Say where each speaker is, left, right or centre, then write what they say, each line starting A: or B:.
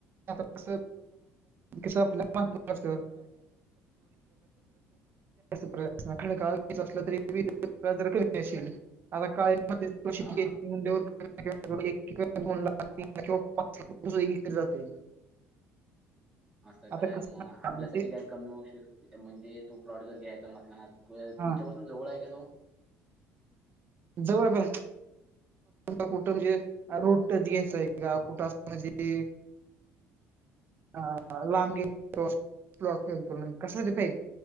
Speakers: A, on the right; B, on the right.
A: आता कस कस आपल्यात का <unintelligible> प्र काळी असलं तरी, <unintelligible> ज कमी असेल आता काळ <unintelligible> म प्रशीतीिक
B: हा हा
A: <unintelligible> लाडे जातेदोनला किंवा तीनला <unintelligible>
B: असं काय
A: आता कसं
B: म, आपल्यासाठी
A: आहे ते
B: काय कमी होऊ शकते, म्हणजे तो प्लॉट जर घ्यायचा म्हंटला ना, तुमच्यापासून
A: हा
B: जवळ हाय का, तो?
A: जवळ, पण कुठं म्हणजे रोडच घ्यायचंय का कुठं असं <unintelligible> म्हणजे ह लाम गॉ कसदीफय <unintelligible>